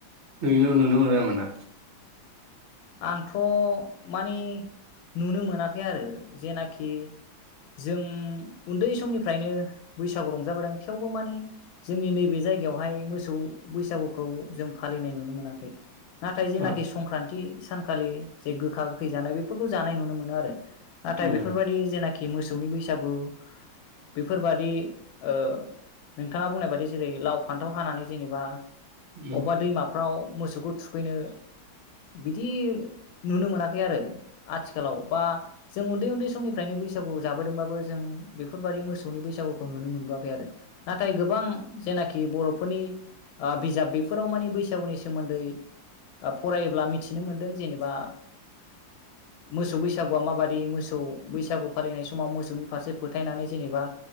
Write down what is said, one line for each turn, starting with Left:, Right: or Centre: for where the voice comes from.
Right: नुयो नुनो मोनगोना मोना?
Left: आंथ' मानि नुनो मोनाखै आरो जेनाखि जों उन्दै समनिफ्रायनो बैसागु रंजाबोदों थेवबो माने जोंनि नैबे जायगायावहाय मोसौ बैसागुखौ जों फालिनाय नुनो। मोनाखै नाथाय जेनाखि
Right: आ
Left: संक्रान सानखालि जे गोखा गोखै जानाय बेफोरखौ जानाय नुनो मोनो आरो। नाथाय
Right: उम
Left: बेफोरबादि जेना खि मोसौनि बैसागु बेफोरबादि ओ नोंथाङा बुंनाय बादि जेरै लाव फान्थाव हानानै जेनेबा
Right: उम
Left: अबेबा दैमाफ्राव मोसौखौ थुखैनो बिदि नुनो मोनाखै आरो आथिखालाव बा जों उन्दै उन्दै समनिफ्रायनो बैसागु जाबोदोंबाबो जों बेफोरबादि मोसौनि बैसागुखौ नुनो मोनबोआखै आरो नाथाय गोबां जेनाखि बर'फोरनि ओ बिजाब बेफोराव मानि बैसागुनि सोमोन्दै ओ फराय ब्ला मिथिनो मोन्दों जेनेबा मोसौ बैसागुआ माबादि मोसौ बैसागु फालिनाय समाव मोसौनि फारसे फोथायनानै जेनेबा